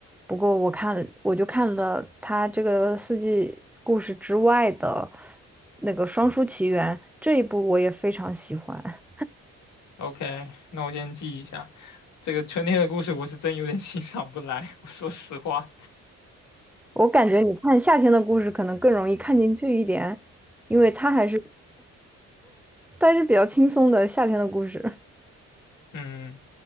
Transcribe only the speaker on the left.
OK，那我先记一下。这个春天的故事我是真有点 <laughs> 欣赏不来，我说实话。
嗯。